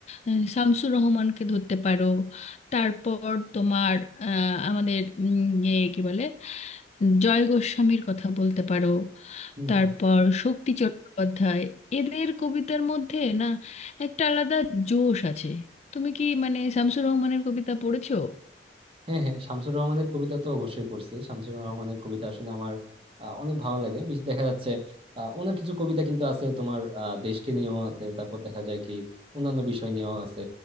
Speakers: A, on the left (about 40°); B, on the right (about 30°).
A: আহ, শামসুর রহমানকে ধরতে পারো তারপর তোমার আহ, আমাদের উম, ইয়ে কি বলে জয় গোস্বামীর কথা বলতে পারো
B: হুম
A: তারপর
B: হুম।
A: শক্তি চট্টোপাধ্যায় এদের কবিতার মধ্যে না একটা আলাদা জোশ আছে তুমি কি মানে শামসুর রহমানের কবিতা পড়েছো
B: হ্যাঁ হ্যাঁ শামসুর রহমানের কবিতা তো অবশ্যই পড়ছি শামসুর রহমানের কবিতা আসলে আমার আহ, অনেক ভালো লাগে বেশ- দেখা যাচ্ছে আহ, ওনার কিছু কবিতা কিন্তু আছে তোমার আহ, দেশকে নিয়েও আছে তারপর দেখা যায় কি অন্যান্য বিষয় নিয়েও আছে